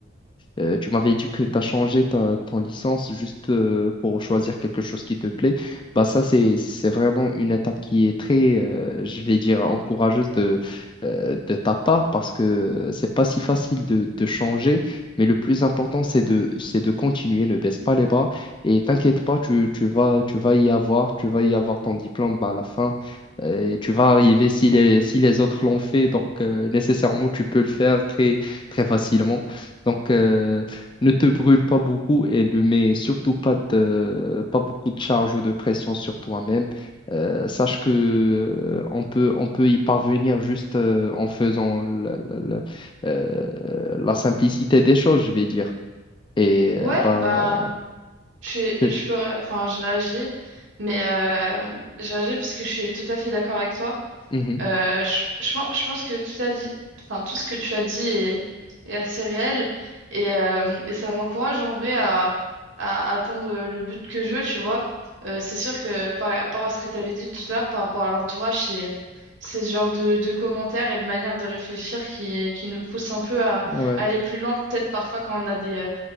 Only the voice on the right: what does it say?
Ouais,
bah je suis- je
peux ré- enfin je réagis, mais euh, je réagis parce que je suis tout à fait d'accord avec toi.
Euh, je, je pense, je pense que tout, a dit, enfin, tout ce que tu as dit est, est assez réel et, euh, et ça m'encourage en vrai à, à atteindre le but que je veux, tu vois. Euh, c'est sûr que par rapport à ce que tu avais dit tout à l'heure, par rapport à l'entourage, c'est, c'est ce genre de, de commentaires et de manière de réfléchir qui, qui nous pousse un peu à, à
aller plus loin, peut-être parfois quand on a des, euh,